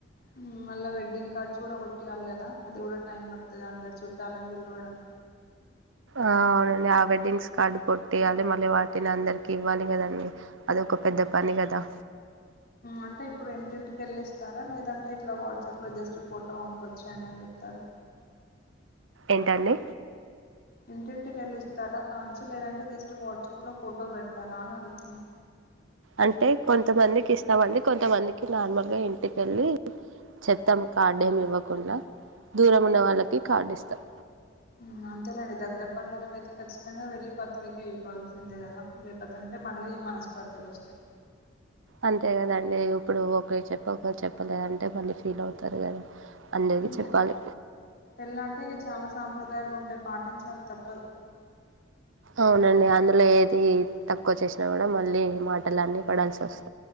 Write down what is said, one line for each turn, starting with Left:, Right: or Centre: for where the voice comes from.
Left: ఉమ్ మళ్ళా వెడ్డింగ్ కార్డ్స్ కూడా కొట్టియాలి కదా అది కూడా టైం పడుతది అందరి చుట్టాలని పిలవడం
Right: ఆ అవునండి ఆ వెడ్డింగ్స్ కార్డు కొట్టియాలి మళ్ళీ వాటిని అందరికి ఇవ్వాలి కదండి అదొక పెద్ద పని కదా
Left: అంటే ఇప్పుడు ఇంటింటికిెళ్ళిస్తారా లేదంటే ఇట్లా వాట్సాప్ లో జస్ట్ ఫోటో పంపవచ్చెయ్యండి అని చెప్ప అరు
Right: ఎంటండి
Left: ఇంటింటికిెళ్ళు ఇస్తారా కార్డ్స్ లేదంటే జస్ట్ వాట్సాప్ లో ఫోటో పెడతారా అని అడుగుతున్నా
Right: అంటే కొంతమందికి ఇస్తామండి కొంతమందికి నార్మల్ గా ఇంటికెళ్ళి చెప్తాము కార్డేమి ఇవ్వకుండా దూరం ఉన్న వాళ్ళకి కార్డు ఇస్తాం
Left: ఉమ్ అంతేలేండి దగ్గరి బంధులకు ఐతే ఖచ్చితంగా వెళ్ళి పత్రిక ఇవ్వాల్సిందే కదా లేకపోతేంటే మళ్ళీ మనస్పర్ధలు వస్తాయి
Right: అంతే కదండి ఇప్పుడు ఒకరికి చెప్పి ఒకరు చెప్పలేదంటే మళ్ళీ ఫీల్ అవుతారు కదా అందరికి
Left: అంతే
Right: చెప్పాలి
Left: పెళ్ళంటే ఇక చాలా సాంప్రదాయాలు ఉంటాయి పాటించాలి తప్పదు
Right: అవునండి అందులో ఏది తక్కువ చేేసినా కూడా మళ్ళీ మాటలు అన్నిీ పడాల్సి వస్త